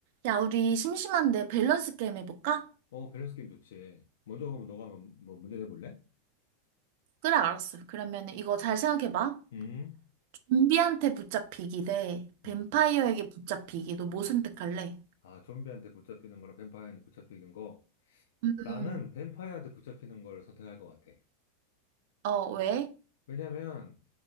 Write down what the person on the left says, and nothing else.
어, 밸런스 게임 좋지. 먼저 가면 너가 한번 뭐 문제 내볼래?
음,
음.
아, 좀비한테 붙잡히는 거랑 뱀파이어한테 붙잡히는 거.
나는 뱀파이어한테 붙잡히는 걸 선택할 것 같아.
왜냐면